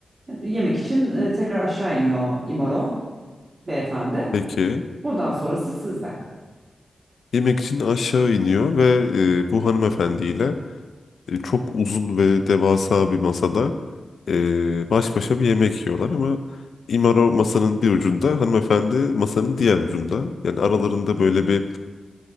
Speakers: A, on the right; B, on the left.
A: yemek için eee, tekrar aşağı iniyor İmaro beyefendi.
B: Peki.
A: Buradan sonrası sizde.
B: yemek için aşağı iniyor ve e, bu hanımefendiyle e, çok uzun ve devasa bir masada e, baş başa bir yemek yiyorlar ama İmaro masanın bir ucunda, hanımefendi masanın diğer ucunda. Yani aralarında böyle bir